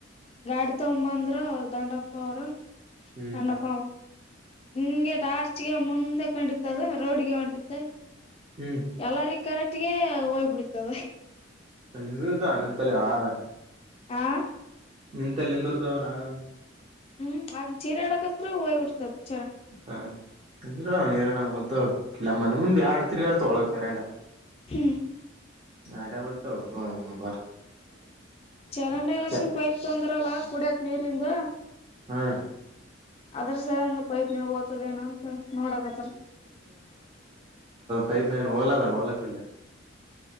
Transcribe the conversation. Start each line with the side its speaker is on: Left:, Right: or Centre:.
Left: ಗಾಡಿ ತೊಗ ಬಂದ್ರ ಅವರು ದಂಡಪ್ಪ ಅವರು
Right: ಹ್ಮ್
Left: ಅಣ್ಣಪ ಹಿಂಗೆ ಟಾರ್ಚ್ಗೆ ಮುಂದೆ ಕಂಡಿತ್ತದು ರೋಡ್ಗೆ ಹೊಂಟಿ ಮತ್ತ
Right: ಹ್ಮ್
Left: ಎಲ್ಲಾರ ಕರೆಟ್ಗೆ ಹಯ್ಬಿಡ್ತದೆ
Right: ಅನ್ನದ ಅಣ್ಣಂದ ತಲೆ ಆ ಅವನ್ <unintelligible>
Left: ಆ
Right: ನಿಂತ ನಿಂದಿರುತ ನಾವೇನ್
Left: ಹ್ಮ್ ಒಂದ್ ಚೀರ ಆಡಕತ್ರ ಹೋಯ್ಬಡ್ತದ <unintelligible>
Right: ಹಾ ಎಂದ್ರ ನೀೇರನ ತ <unintelligible> ಇಲ್ಲಮ್ಮನ ಮುಂದ ಆಡು ತಿ ಅಡ ತೋಳ ಚೇರಂಡ
Left: ಹ್ಮ್
Right: ಆಡಬಳತ <unintelligible>
Left: ಚರಂಡಿ ಲಕ್ಷಣ
Right: ಛೆ
Left: ಪೈಪ್ ತೊಂದ್ರಲ್ಲ ಕುಡಿಯತ್ ನೀರಿಂದ
Right: ಹ್ಮ
Left: ಅದ್ರಸ ಒಂದು ಪೈಪ್ನ ಓ್ತದ ಏನ ಅಂತ ನೋಡಕತ್ತರಿ
Right: ಪೈಪ್ ನನ್ ಓಲ ಅದ ಹೋಲಕಲ್ಲ